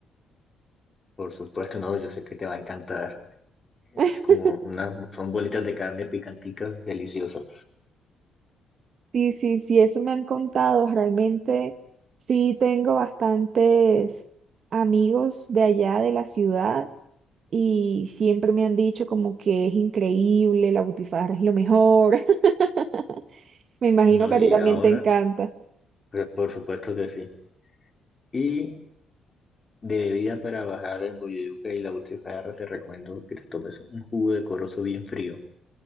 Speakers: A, on the left; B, on the right.
A: Por supuesto, no, yo sé que te va a encantar. que
B: <laughs>
A: es como unas, son bolitas de carne picanticas deliciosas.
B: Sí, sí, sí, eso me han contado. Realmente sí tengo bastantes amigos de allá de la ciudad y siempre me han dicho como que es increíble, la Butifarra es lo mejor. <laughs> Me imagino
A: No,
B: que
A: y
B: a ti también
A: ahora,
B: te encanta.
A: pues, por supuesto que sí. Y de bebida para bajar el boyuca y la butifarra, te recomiendo que te tomes un jugo de corozo bien frío.